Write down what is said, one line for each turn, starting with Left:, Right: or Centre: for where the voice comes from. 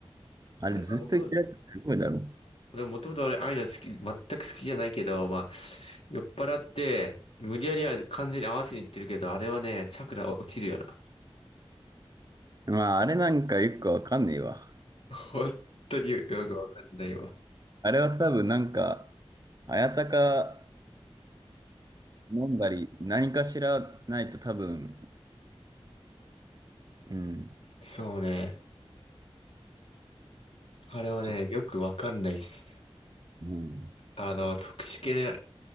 Right: あれずっと言ってるやつすごいだろ。
Left: 俺、音俺もともと俺、ああいうの好き、全く好きじゃないけど、まあ、酔っ払って、無理やりは完全に合わせにいってるけど、あれはね、チャクラ落ちるよな。
Right: まああれなんかよくわかんねえわ。
Left: 本当によくわかんないわ。
Right: あれは多分なんか、あやたか飲んだり、何かしらないと多分、うん、
Left: そうね。あれはね、
Right: ちょっと、
Left: よくわかんないっす。
Right: うん。
Left: あの、特殊系